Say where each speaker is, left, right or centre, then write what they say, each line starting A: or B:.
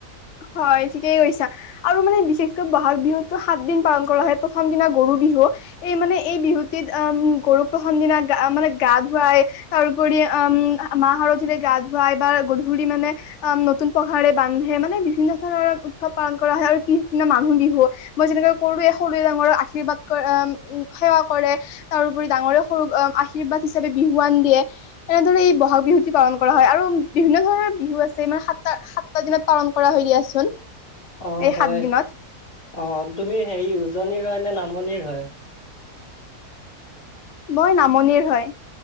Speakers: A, on the left; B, on the left.
A: হয় ঠিকেই কৈছা। আৰু মানে বিশেষকৈ বহাগ বিহুতটো সাত দিন পালন কৰা হয় প্ৰথম দিনা গৰু বিহু এই মানে এই বিহুটিত আ গৰু প্ৰথম দিনা গা মানে গা ধুৱাই তাৰোপৰি উম, মাহ হালধিয়ে গা ধুৱাই বা গধূলি মানে আ নতুন পঘাৰে বান্ধে মানে বিভিন্ন ধৰণৰ উৎসৱ পালন কৰা হয় আৰু পিছদিনা মানুহ বিহু। মই যেনেকৈ কৰো সৰুে ডাঙৰক আৰ্শীৰ্বাদ সেৱা কৰে। তাৰপৰি ডাঙৰে সৰু আৰ্শীৰ্বাদ হিচাপে বিহুৱান দিয়ে। এনেদৰে এই বহাগ বিহু ি পালন কৰা হয় আৰু বিভিন্ন ধৰণৰ বিহু আছে মানে সাতটা সাতটা দিনত পালন কৰা হয় দিয়াচোন।
B: অ',
A: এই
B: হয়
A: সাত দিনত
B: অ তুমি হেৰি উজনিৰ হয় নে নামনিৰ হয়?
A: মই নামনিৰ হয়।